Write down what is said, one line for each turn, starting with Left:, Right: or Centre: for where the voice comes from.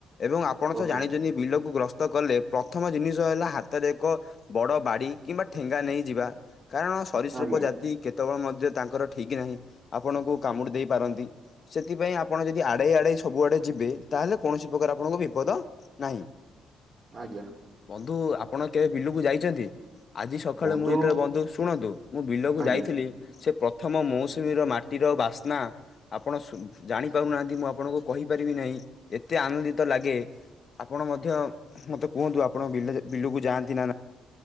Left: ଏବଂ ଆପଣ ତ
Right: ଓହୋ
Left: ଜାଣିଛନ୍ତି ବିଲକୁ ଗ୍ରସ୍ ତ କଲେ ପ୍ରଥମ ଜିନିଷ ହେଲା ହାତରେ ଏକ ବଡ ବାଡି କିମ୍ବା ଠେଙ୍ଗା ନେଇଯିବା। କାରଣ ସରୀସୃପ
Right: ଆଜ୍ଞା
Left: ଜାତି କେତେବେଳେ ମଧ୍ୟ ତାଙ୍କର ଠିକ୍ ନାହିଁ ଆପଣଙ୍କୁ କାମୁଡି ଦେଇ ପାରନ୍ତି। ସେଥିପାଇଁ ଆପଣ ଯଦି ଆ ଡେଇ ଆଡେଇ ସବୁ ଆଡେ ଯିବେ ତାହେଲେ କୌଣସି ପ୍ରକାର ଆପଣଙ୍କୁ ବିପଦ ନାହିଁ।
Right: ଆଜ୍ଞା।
Left: ବନ୍ଧୁ ଆପଣ କେବେ ବିଲୁକୁ ଯାଇଚନ୍ତି? ଆଜି ସକାଳେ
Right: ବନ୍ଧୁ
Left: ମୁଁ ଯେତେବେଳେ ବନ୍ଧୁ ଶୁଣନ୍ତୁ ମୁଁ ବିଲକୁ
Right: ଆଜ୍ଞା।
Left: ଯାଇଥିଲି ସେ ପ ପ୍ରଥମ ମୌସୁମୀର ମାଟିର ବାସ୍ନା ଆପଣ ଶୁ ଜାଣି ପାରୁନାହାଁନ୍ତି ମୁଁ ଆପଣଙ୍କୁ କହିପାରିବି ନାହିଁ। ଏତେ ଆନନ୍ଦିତ ଲାଗେ ଆପଣ ମଧ୍ୟ ମତେ କୁହନ୍ତୁ। ଆ ଆପଣ ବିଲଯେ ବିଲକୁ ଯାଆନ୍ତି ନା।